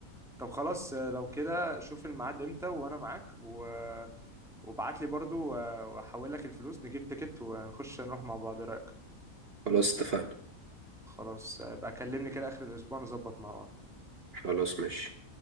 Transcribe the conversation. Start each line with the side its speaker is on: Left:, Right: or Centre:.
Centre: طب خلاص آه، لو كده شوف الميعاد امتى وانا معاك و... وابعت لي برضو آه، واحول لك الفلوس نجيب تيكت ونخش نروح مع بعض ايه رأيك
Right: خلاص اتفقنا
Centre: خلاص آه، يبقى كلمني كده اخر الاسبوع نظبط مع بعض
Right: خلاص ماشي